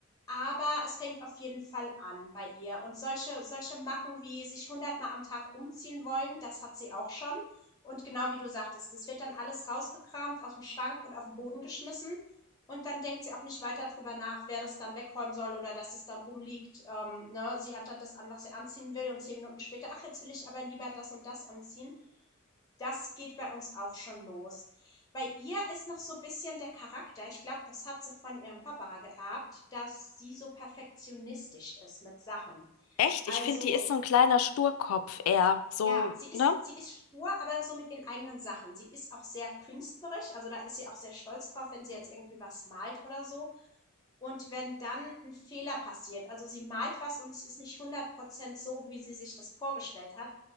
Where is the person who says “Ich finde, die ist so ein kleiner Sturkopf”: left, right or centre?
Left